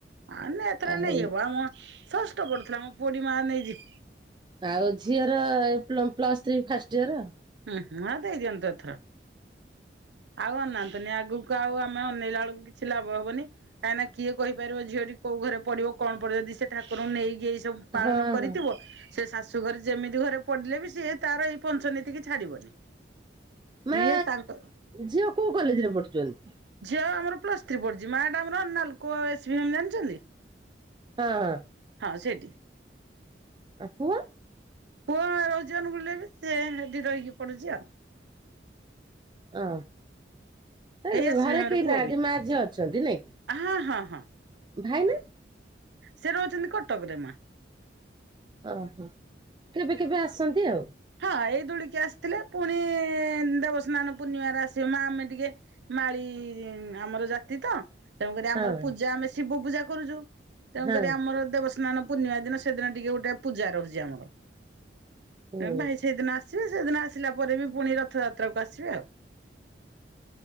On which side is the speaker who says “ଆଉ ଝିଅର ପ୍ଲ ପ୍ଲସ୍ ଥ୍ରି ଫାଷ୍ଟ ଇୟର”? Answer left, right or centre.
Right